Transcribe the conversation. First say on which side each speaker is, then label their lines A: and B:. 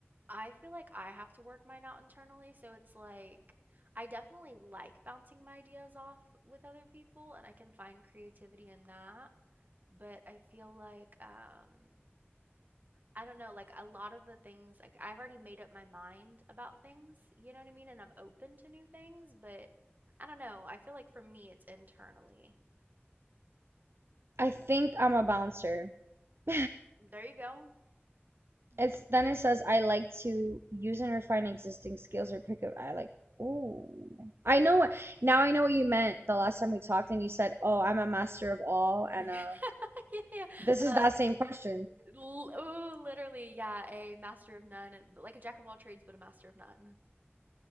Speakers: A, on the right; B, on the right.
A: I feel like I have to work mine out internally, so it's like I definitely like bouncing my ideas off with other people and I can find creativity in that, but I feel like um I don't know, like a lot of the things like I've already made up my mind about things, you know what I mean? And I'm open to new things, but I don't know, I feel like for me it's internally.
B: I think I'm a bouncer. <laughs>
A: There you go.
B: It's then it says I like to use and refine existing skills or pick up. I like. Ooh, I know what now. I know what you meant the last time we talked, and you said, "Oh, I'm a master of all," and
A: Yeah,
B: uh,
A: <laughs> yeah, yeah.
B: This is
A: Uh,
B: that same question.
A: l oh, literally, yeah, a master of none, and, but like a jack of all trades, but a master of none.